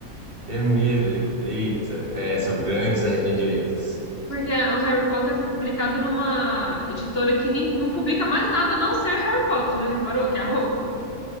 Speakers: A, on the right (about 40°); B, on the left (about 45°).
A: É mesmo. ele- Eita, é, são grandes arrependimentos.
B: Porque o Harry Potter foi publicado numa editora que nem, não publica mais nada a não ser Harry Potter. Já reparou que é a Rocco?